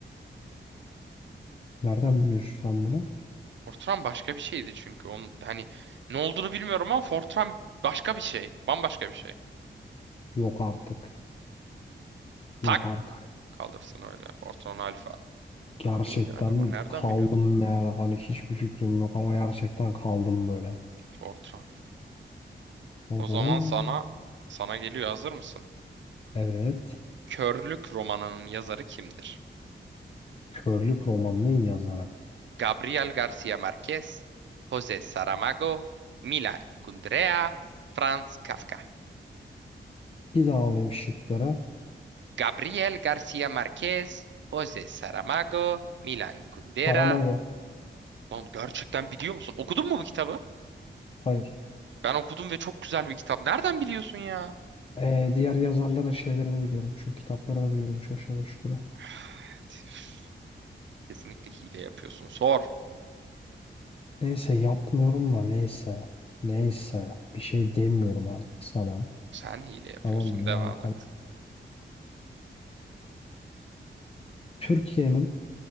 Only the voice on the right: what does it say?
Fortran başka bir şeydi çünkü. Onun, hani ne olduğunu bilmiyorum ama Fortran başka bir şey. Bambaşka bir şey.
Tak
kalırsın öyle. Fortran Alfa.
Neydi acaba? Nereden
biliyordum ben?
Fortran.
O zaman sana sana geliyor. Hazır mısın?
Körlük romanının yazarı kimdir?
Gabriel García Márquez, José Saramago, Mila Kundera, Franz Kafka.
Gabriel García Márquez, José Saramago, Milan Kundera.
Lan gerçekten biliyor musun? Okudun mu bu kitabı?
Ben okudum ve çok güzel bir kitap. Nereden biliyorsun ya?
<sighs> Kesinlikle hile yapıyorsun. Sor.
Sen hile yapıyorsun.
Devam
et.